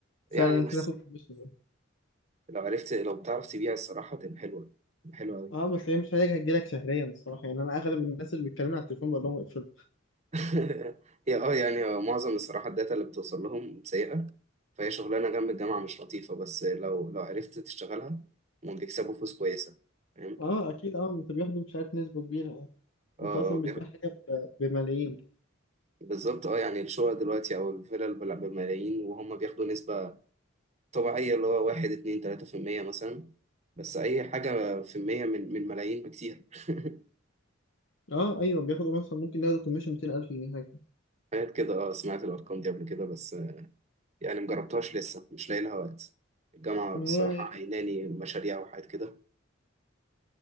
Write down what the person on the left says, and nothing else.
سهله
إن انت
تاخد كوميشن
اه بس هي مش حاجه هتجيلك شهريا الصراحه يعني انا اغلب الناس اللي بيتكلموا على التليفون بقول لهم اقفل
اه اكيد اه انت بياخدوا مش عارف نسبه كبيره يعني
انت اصلا
بتبيع
حاجه ب- بملايين
اه ايوه بياخدوا مثلا ممكن ياخدوا كوميشن 200000 جنيه حاجه
ما
هي هي كده.